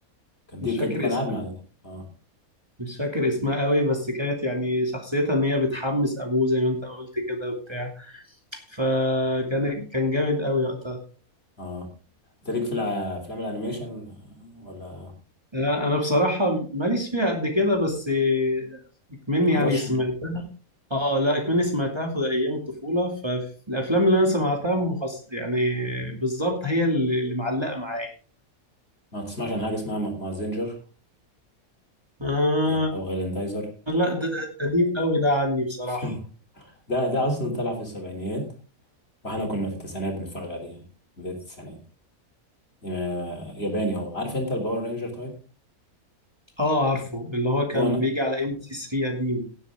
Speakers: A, on the left; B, on the right.
A: كانت
B: مش
A: دي كانت
B: فاكر
A: بنلعب
B: اسمها
A: مع ده. اه
B: مش فاكر اسمها قوي بس كانت يعني شخصيتها إن هي بتحمس أبوه زي ما أنت قلت كده وبتاع فكان كان جامد قوي وقتها
A: اه انت ليك في الع- افلام الانيميشن آه، ولا
B: انا أنا بصراحه ماليش فيها قد كده بس اكمني
A: حضرتش
B: يعني سمعتها اه لا اكمني سمعتها في ايام الطفوله فالافلام اللي انا سمعتها مخص يعني بالظبط هي اللي اللي معلقه معايا
A: ما تسمعش عن حاجه اسمها م- مازينجر
B: آه
A: او غ- أو غاليندايزر
B: لا ده ده قديم قوي ده عني بصراحه
A: <laughs> ده ده اصلا طلع في السبعينيات واحنا كنا في التسعينات بنتفرج عليه يعني بدايه التسعينات آه، ياباني هو عارف انت الباور رينجر طيب
B: اه عارفه اللي هو كان
A: هو انا
B: بيجي على ام بي سي 3 قديم